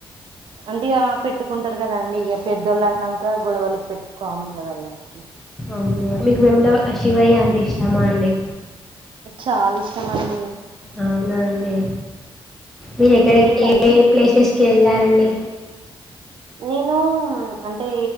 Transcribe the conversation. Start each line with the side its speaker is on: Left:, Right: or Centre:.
Right: అంటే ఇగ పెట్టుకుంటరు కదా అండి ఇగ పెద్దోళ్ళనంక గొడవలు పెట్టు కామన్ కదా అది వాళ్ళకి
Centre: అవునా మీకు వేముల శివయ్య అంటే ఇష్టమా అండి
Right: చాల్ ఇష్టమండి
Centre: అవునా అండి మీరెక్కడక్
Right: మీకండి
Centre: ఏ ఏ ప్లేసెస్ కేఎల్లారండి
Right: నేను అంటే